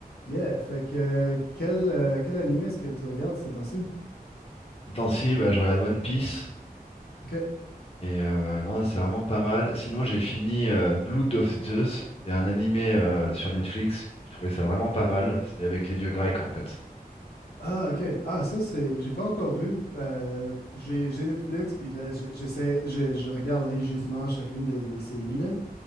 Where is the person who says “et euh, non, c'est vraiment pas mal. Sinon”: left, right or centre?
Left